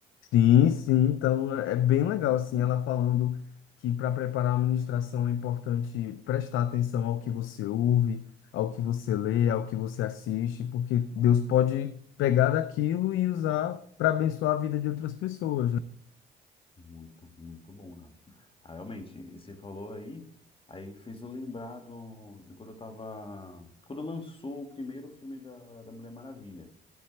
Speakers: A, on the left; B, on the left.
A: Sim, sim. Então é bem legal, assim, ela falando que para preparar uma ministração é importante prestar atenção ao que você ouve, ao que você lê, ao que você assiste, porque Deus pode pegar daquilo e usar para abençoar a vida de outras pessoas.
B: Muito, muito bom, cara. Ah, Realmente, e você falou aí, aí fez eu lembrar do, de quando eu tava. Quando lançou o primeiro filme da, da Mulher Maravilha,